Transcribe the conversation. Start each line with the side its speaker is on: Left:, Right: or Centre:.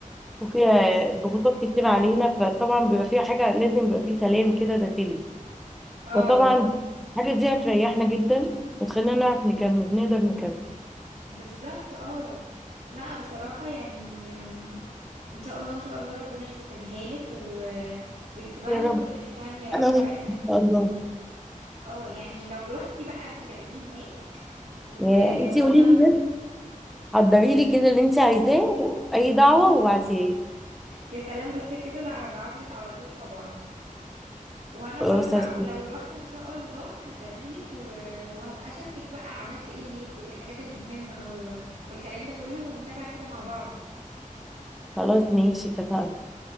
Centre: وفيها
Right: بس
Centre: ضغوطات كتير علينا فطبعا بيبقى فيها حاجة لازم بيبقى فيه سلام كده داخلي
Right: اه
Centre: فطبعا الحاجة دي هتريحنا جدا وتخلينا نعرف نكمل نقدر نكمل
Right: بالظبط اه لا بصراحة يعني أم، ان شاء الله ان شاء الله ربنا يكتبها لك و... ويكتبها
Centre: يا
Right: لنا
Centre: رب
Right: كلنا يعني يا رب
Centre: انا وإنتي
Right: اي حد
Centre: ان شاء الله
Right: اه يعني لو روحتي بقى بقي ادعي لي هناك و...
Centre: يا انتي
Right: وانا
Centre: قولي لي بس حضري لي كده اللي انت عايزاه اي دعوة وابعتيها لي
Right: يا سلام بس كده لا هبعت لك على طول طبعا وانا
Centre: خلاص
Right: برضو أو...
Centre: يا ستي.
Right: لو روحت ان شاء الله هدعي لك و... وهبقى اشاركك بقى عملت ايه هناك وايه الحاجات المهمة و... والكلام ده كله ونتابع كده مع بعض
Centre: خلاص ماشي اتفقنا